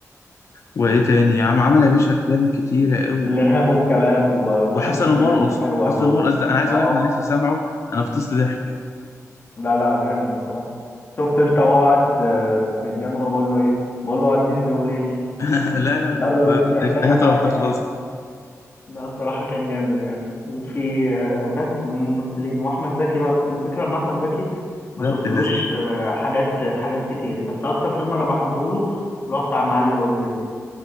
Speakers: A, on the left; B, on the left.
A: وايه تاني عم عمل يا باشا افلام كتيرة قوي
B: الارهاب والكباب و- وشمس
A: وحسن
B: الزناتي
A: ومرقص
B: حلوه
A: حسن
B: قوي
A: ومرقص ده انا عايز
B: اه
A: اقول لك
B: اه
A: انا لسه سامعه انا فطست ضحك
B: لا لا جامد بصراحه شفت انت وهو قاعد آه، في الجامعه بقول له ايه بقول له الدين بيقول ايه
A: <laughs> لا لا لا
B: قال
A: لا ده
B: له مش
A: ده
B: محتاجه
A: افيهاته
B: حاجه
A: ما بتخلص
B: <laughs> لا الصراحه كان جامد يعني وفي آه، بس من الممثلين واحمد زكي بقى بس الفكره ان احمد زكي ما
A: ده
B: شفتلوش
A: ابن اللذين
B: آه، حاجات حاجات كتير بس اكتر فيلم انا بحبه له اللي هو بتاع معالي الوزير ده